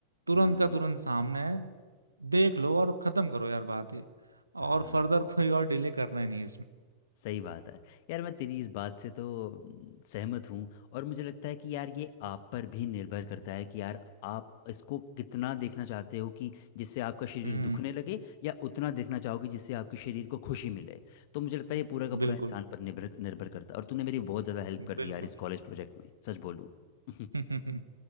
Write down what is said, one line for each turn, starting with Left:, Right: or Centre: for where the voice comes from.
Right: तुरंत
Left: हम्म,
Right: का तुरंत सामने है देख लो और खत्म करो यार बात ये और
Left: हाँ
Right: फर्दर <laughs> कोई और डिले करना ही नहीं है इसमें
Left: सही बात है यार मैं तेरी इस बात से तो हम्म, सहमत हूँ और मुझे लगता है कि यार ये आप पर भी निर्भर करता है कि यार आप इसको कितना देखना चाहते हो कि जिससे आपका शरीर
Right: हम्म
Left: दुखने लगे या उतना देखना चाहोगे जिससे आपके शरीर को खुशी मिले तो मुझे लगता है ये पूरा का पूरा
Right: बिल्कुल
Left: इंसान पर निर्भर निर्भर करता है और तूने मेरी बहुत ज़्यादा हेल्प कर
Right: बिल्कुल
Left: दी यार इस कॉलेज प्रोजेक्ट में सच बोलूँ <laughs>
Right: <laughs>